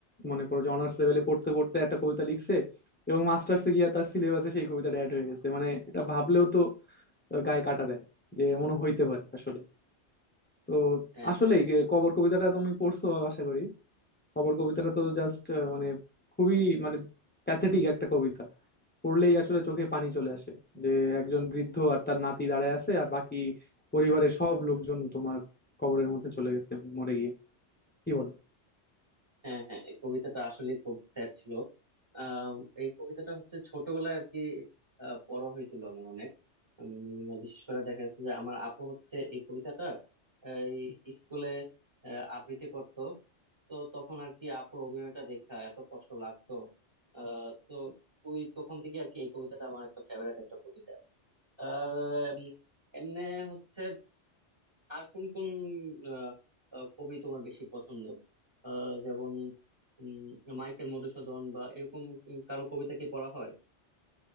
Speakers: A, on the left (about 15°); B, on the right (about 20°).
A: মনে করো যে অনার্স লেভেলে পড়তে পড়তে একটা কবিতা লিখছে এবং মাস্টার্সে গিয়ে তার সিলেবাসে সেই কবিতাটা অ্যাড হয়ে গেছে মানে এটা ভাবলেও তো আহ, গায়ে কাটা দেয় যে এমন হইতে পারে আসলে তো
B: হ্যাঁ
A: আসলেই
B: হ্যাঁ
A: কে- কবর কবিতাটা তুমি পড়ছো আশা করি খবর কবিতাটা তো জাস্ট মানে খুবই মানে প্যাথেটিক একটা কবিতা পড়লেই আসলে চোখে পানি চলে আসে যে একজন বৃদ্ধ আর তার নাতি দাঁড়ায় আছে আর বাকি পরিবারের সব লোকজন তোমার কবরের মধ্যে চলে গেছে মরে গিয়ে কি বলো
B: হ্যাঁ হ্যাঁ এই কবিতাটা আসলে খুব স্যাড ছিল আম, এই কবিতাটা হচ্ছে ছোটবেলায় আর কি আহ, পড়া হয়েছিল আমার অনেক উম, বিশেষ করে দেখা যাচ্ছে যে আমার আপু হচ্ছে এই কবিতাটা আহ, এই স্কুলে আহ, আবৃত্তি করত তো তখন আর কি আপুর অভিনয়টা দেখা এত কষ্ট লাগতো আহ তো ওই তখন থেকে আর কি এই কবিতাটা আমার একটা ফেভারিট একটা কবিতা আর এমনি হচ্ছে আর কোন কোন আহ, আহ, কবি তোমার বেশি পছন্দ আহ, যেমন উম, মাইকেল মধুসূদন বা এরকম উম কারো কবিতা কি পড়া হয়